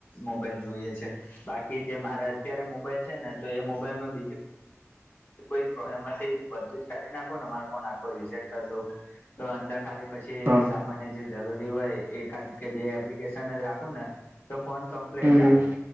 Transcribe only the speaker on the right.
હા
હમ
હમ